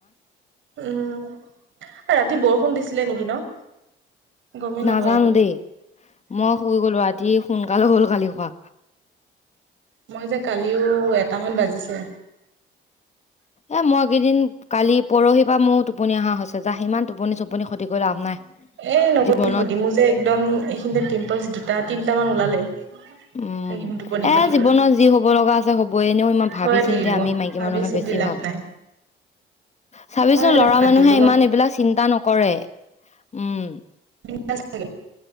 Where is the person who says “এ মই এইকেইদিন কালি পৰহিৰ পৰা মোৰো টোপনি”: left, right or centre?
Left